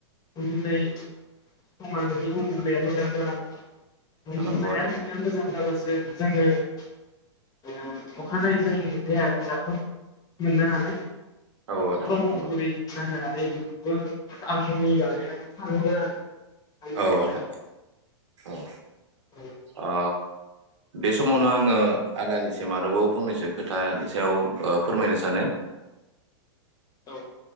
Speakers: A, on the left; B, on the right.
A: उनदुनाय समा नोंनि उन्दुनाया मोजां जानांगोन उन्दुनाया
B: नंगौ आदा
A: नोंनिआ मोजां होमबाबोसो जोङो ओम अखानायै जोंनि देहाखौ राफोद मोननो हागोन
B: औ आदा
A: <unintelligible> जानो
B: नंगौ
A: हानाय बेखौबो आंनि बागै आं सानहरो आरो आंनि
B: औ
A: साननायाव
B: आदा औ
A: औ
B: अ बे समावनो आङो आदानिसिम आरोबाव फंनैसो खोथा नि सायाव ओ फोरमायनो सानो
A: औ